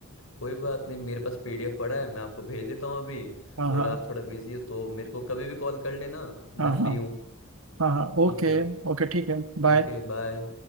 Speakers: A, on the left; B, on the right.
A: कोई बात नहीं मेरे पास पीडीएफ पड़ा है मैं आपको भेज देता हूँ अभी
B: हाँ
A: और
B: हाँ
A: आप थोड़ा बिजी हो तो मेरे को कभी भी कॉल कर लेना मैं
B: हाँ
A: फ्री
B: हाँ
A: हूँ
B: हाँ हाँ
A: ठीक
B: ओके
A: है
B: ओके ठीक है बाय
A: ओके बाय